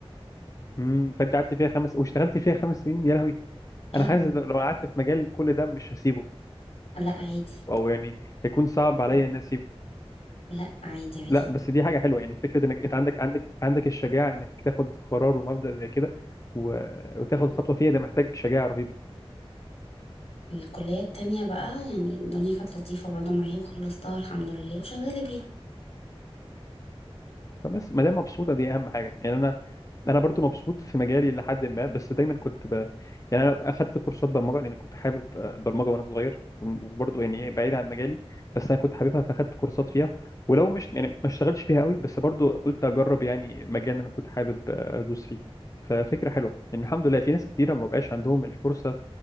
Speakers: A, on the left; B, on the left.
A: امم فانت قعدت فيها خمس واشتغلت فيها خمس سنين يا لهوي
B: ايوه
A: انا حاسس لو لو قعدت في مجال كل ده مش هسيبه
B: لا عادي
A: او يعني هيكون صعب عليا اني اسيبه
B: <laughs> لا عادي عادي
A: لا بس دي حاجه حلوه يعني فكره انك انت عندك عندك عندك الشجاعه انك تاخد قرار ومبدا زي كده و... وتاخد خطوه فيها ده محتاج شجاعه رهيبه
B: الكلية التانية بقى يعني الدنيا كانت لطيفة برضو معايا وخلصتها الحمد لله وشغالة بيها
A: فبس ما دام مبسوطه دي اهم حاجه يعني انا انا برضو مبسوط في مجالي لحد ما بس دايما كنت ب... يعني انا اخدت كورسات برمجه لان كنت حابب آه، البرمجه وانا صغير وبرضو يعني إيه بعيد عن مجالي بس انا كنت حاببها فاخدت كورسات فيها ولو مش يعني ما اشتغلتش فيها قوي بس برضو قلت اجرب يعني مجال اللي انا كنت حابب آه، ادوس فيه ففكره حلوه يعني الحمد لله في ناس كتيره ما بقاش عندهم الفرصه